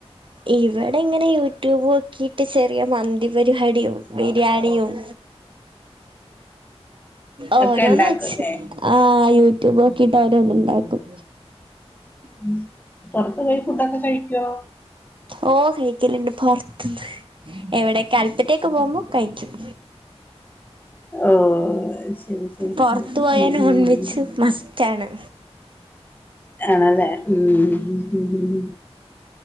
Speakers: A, on the right (about 50°); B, on the left (about 15°).
A: ഇവിടെ ഇങ്ങനെ യൂട്യൂബോക്കീട്ട് ചെറിയ മന്തി പരിഹാടിയും ബിരിയാണിയും ഓരോന്ന്
B: ഒക്കെ ഉണ്ടാക്കുംല്ലേ
A: വെച്ച് ആഹ് യൂട്യൂബോക്കീട്ട് ഓരോന്ന് ഇണ്ടാക്കും
B: ഉം പോറത്ത് പോയി ഫുഡൊക്കെ കഴിക്കോ?
A: ഓ കഴിക്കലിണ്ട് പോർത്ത്ന്ന് എവിടെ കൽപ്പറ്റേക്ക് പോകുമ്പോ കഴിക്കും.
B: ഓ ശരി ശരി
A: പോറത്ത്
B: ശരി.
A: പോയാ
B: ഉം
A: നോൺ
B: ഉം
A: വെജ്ജ് മസ് റ്റാണ്.
B: ആണല്ലേ? ഉം ഉം ഹ് ഹ്